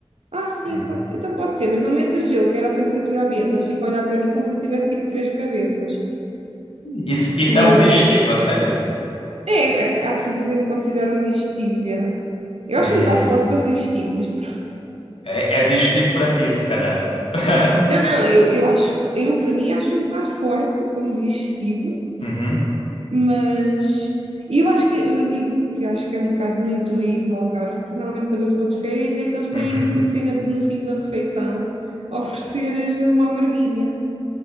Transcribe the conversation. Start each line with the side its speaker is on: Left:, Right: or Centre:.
Right: Ah, sim,
Left: Hum.
Right: pode ser. Então pode ser, mas não metas gelo, quero a temperatura ambiente. Eles ficam a olhar para mim como se eu tivesse tipo três cabeças.
Left: Isso, isso
Right: E
Left: é um
Right: eu.
Left: digestivo, a sério?
Right: É, há há sítios em que consideram digestivo. é. Eu
Left: Hum.
Right: acho um bocado forte para ser digestivo, mas pronto.
Left: É, é digestivo para ti, se calhar. <laughs>
Right: <laughs> Não, não, eu, eu acho. Eu, para mim, acho um bocado forte como digestivo.
Left: Uhum.
Right: Mas e eu acho que eu digo que acho que é um bocado muito aí do Algarve, porque normalmente quando eu vou de férias é que eles têm
Left: Uhum.
Right: muita cena de no fim da refeição oferecer eh, uma amarguinha,